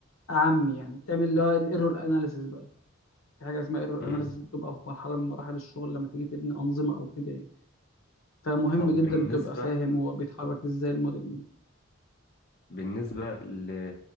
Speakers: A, on the left; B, on the left.
A: اعم يعني تعمل اللي هو الايرور اناليسيس بقى في حاجه اسمها ايرور
B: مم.
A: اناليسيس بتبقى في مرحله من مراحل الشغل لما تيجي تبني انظمه او كده يعني فمهم
B: طب
A: جدا
B: بالنسبه
A: تبقى فاهم هو بيتحرك ازاي الموديل يعني
B: بالنسبة ل